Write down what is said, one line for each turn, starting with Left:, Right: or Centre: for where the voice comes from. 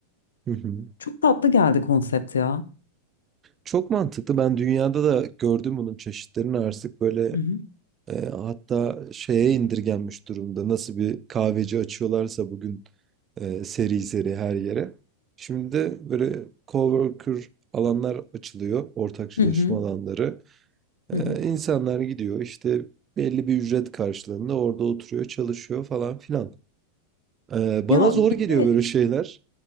Right: Hı hı.
Left: Çok tatlı geldi konsept ya.
Right: Çok mantıklı. Ben dünyada da gördüm bunun çeşitlerini artık böyle
Left: Hı hı.
Right: e, hatta şeye indirgenmiş durumda. Nasıl bir kahveci açıyorlarsa bugün e, seri seri her yere. Şimdi de böyle coworker alanlar açılıyor, ortak çalışma
Left: Hı hı.
Right: alanları.
Left: Hı
Right: Ee,
Left: hı.
Right: insanlar gidiyor işte belli bir ücret karşılığında orada oturuyor, çalışıyor falan filan. Ee, bana
Left: Ya
Right: zor
Left: bir
Right: geliyor
Left: de
Right: böyle şeyler.